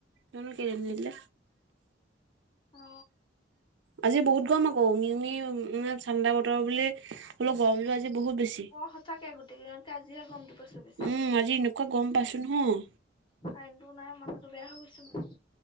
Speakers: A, on the right; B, on the left.
A: জানো কেইলেই নিদিলে
B: অ
A: আজি বহুত গম আকৌ মিমি মানে ঠাণ্দা বতৰ বুলি অলপ গৰম টো আজি বহুত বেছি
B: অ সঁচাকে গোটেই কেইদিনতকে আজিহে গমটো পাইছো বেছিকে
A: উম আজি এনেকুৱা গম পাচো নহয়
B: কাৰেনটো নাই মাথাটো বেয়া হৈ গৈছো মোৰ